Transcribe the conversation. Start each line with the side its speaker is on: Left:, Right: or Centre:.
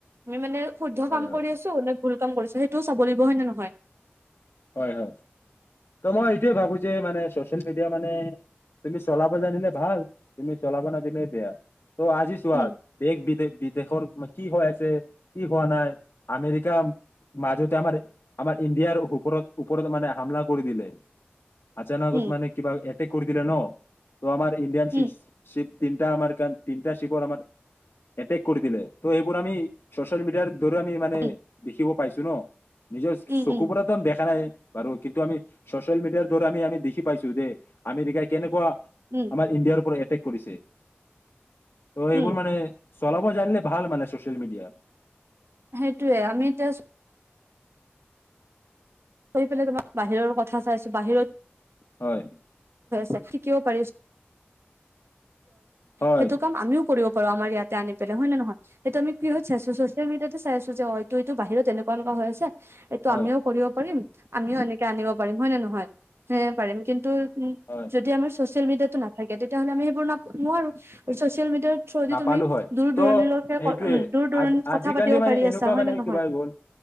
Right: আমি মানে শুদ্ধ
Left: হয়,
Right: কাম
Left: হয়,
Right: কৰি আছো নে ভুল কাম কৰিছো? সেইটোও চাব লাগিব হয় নে নহয়?
Left: হয় হয়। ত মই এইটোয়ে ভাবো যে মানে মডিয়া মানে তুমি চলাব জানিলে ভাল তুমি চলাব নাজিলে বেয়া। ত আজি চোৱা
Right: উম
Left: দেশ বিদেশ বিদেশৰ কি হৈ আছে কি হোৱা নাই আমেৰিকা মাজতে আমাৰ আমাৰ ইণ্ডিয়াৰ ওপৰত ওপৰত মানে হামলা কৰি দিলে। অচানকত
Right: উম
Left: মানে কিবা কৰি দিলে ন। ত' আমাৰ ইণ্ডিয়ানচিপ
Right: উম
Left: তিনিটা আমাৰ তিনিটা শিপৰ আমাৰ এটেক কৰি দিলে ত এইবোৰ আমি চচিয়েল মিডিয়াৰ দৰে আমি মানে
Right: উম
Left: দেখিব পাইছো। চুন নিজৰ
Right: উম
Left: চকু
Right: উম
Left: পৰা দেখা নাই বাৰু কিন্তু আমি চচিয়েল মিডিয়াৰ দৰে আমি আমি দেখি পাইছো দ আমেৰিকাই কেনেকুৱা
Right: উম
Left: আমাৰ ইণ্ডিয়াৰ পৰা এটেক কৰিছে। ত' এইবোৰ
Right: উম
Left: মানে চলাব জানিলে ভাল মানে ছচিয়েল মিডিয়া।
Right: সেইটোয়ে আমি এতিয়া কৰি পেলাই তোমাক বাহিৰৰ কথা চাইছো বাহিৰত
Left: হয়।
Right: ছে কি কিয় পৰিছে
Left: হয়
Right: সেইটো কাম আমিও কৰিব প আমাৰ ইয়াতে আনি পেলে হয় নে নহয়। সেইটো আমি কিহত চাইছো চচিয়েল মিডিয়াতে চাইছো যে অ এই বাহিৰত এনেকুৱাকুৱা হৈ আছে এইটো
Left: হয়
Right: আমিও কৰিব পাৰিম। আমিও এনেকে আনিব পাৰিম হয় নে নহয় সে পাৰিম কিন্তু উম
Left: হয়
Right: যদি আমাৰ চছিয়েল মেডিয়া নাথাকে তেতিয়াহলে আমি সেইবোৰ নোৱাৰো। মিডিয়াৰ থ্ৰুদি
Left: নাপালো
Right: তুমি
Left: হয়
Right: দূৰ
Left: ত'
Right: দূৰণিলৈকে
Left: সেইটোৱে
Right: উম দূৰ দূৰণিত
Left: আ আজিকালি
Right: কথা পাতিব
Left: মানে
Right: পাৰি
Left: এনেকুৱা
Right: আছা হয়
Left: মানে
Right: নে নহয়
Left: কিবা গ'ল